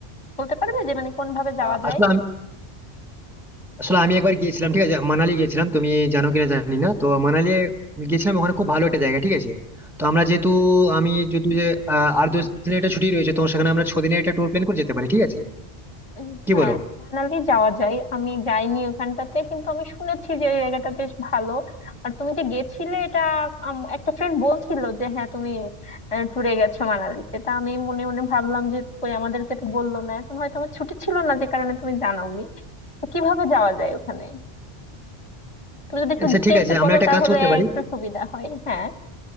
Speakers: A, on the left (about 30°); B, in the centre.
A: বলতে পারবে যে মানে কোন ভাবে যাওয়া
B: আহ,
A: যায়
B: আসলে আসলে আমি একবার গিয়েছিলাম ঠিক আছে মানালি গিয়েছিলাম তুমি জানো কিনা জানি না তো মানালি গিয়েছিলাম ওখানে খুব ভালো একটা জায়গা ঠিক আছে তো আমরা যেহেতু আমি যদি যে আহ, আর দশ দিনের একটা ছুটি রয়েছে তো সেখানে আমরা ছ দিনের একটা ট্যুর প্ল্যান করে যেতে পারি ঠিক আছে
A: উম,
B: কি
A: হ্যাঁ
B: বলো
A: মানালি যাওয়া যায় আমি যাইনি ওখানটাতে কিন্তু আমি শুনেছি যে এই জায়গাটা বেশ ভালো আর তুমি যে গেছিলে এটা আম, একটা ফ্রেন্ড বলছিল যে হ্যাঁ তুমি ট্যুরে গেছো মানালিতে তা আমি মনে মনে ভাবলাম যে কই আমাদেরকে তো বললো না এখন হয়তো আমার ছুটি ছিল না যে কারণে তুমি জানাওনি তো কিভাবে যাওয়া যায় ওখানে তুমি যদি একটু
B: আচ্ছা
A: ডিটেলসে
B: ঠিক আছে
A: বলো
B: আমরা একটা
A: তাহলে
B: কাজ করতে পারি
A: একটু সুবিধা হয় হ্যাঁ